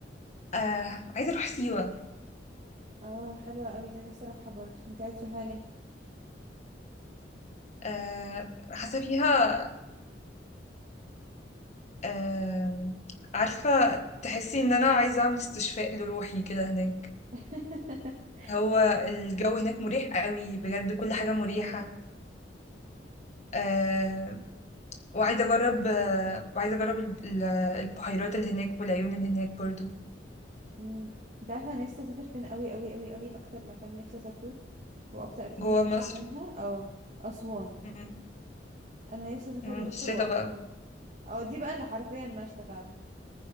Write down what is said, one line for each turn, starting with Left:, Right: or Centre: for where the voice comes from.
Left: آه عايزة اروح سيوة
Right: اه حلوة قوي دي أنا نفسي اروحها برضو انت عايز تروحيها ليه
Left: آه حاسة فيها آه عارفة تحسي ان انا عايزة اعمل استشفاء لروحي كده هناك
Right: <laughs>
Left: هو الجو هناك مريح قوي بجد كل
Right: نفسيا
Left: حاجة مريحة
Right: اه
Left: آه وعايزة اجرب آه وعايزة اجرب ال- البحيرات اللي هناك والعيون اللي هناك برضو
Right: مم. انت عارفة انا نفسي اسافر فين قوي قوي قوي قوي اكتر مكان نفسي اسافره واكتر اكتيفيتي
Left: جوا
Right: نفسي
Left: مصر
Right: اعملها اه اسوان
Left: مم.
Right: انا نفسي اسافر
Left: مم،
Right: الاقصر
Left: في الشتا
Right: واسوان
Left: بقى
Right: اه دي بقى اللي حرفيا مشتى فعلا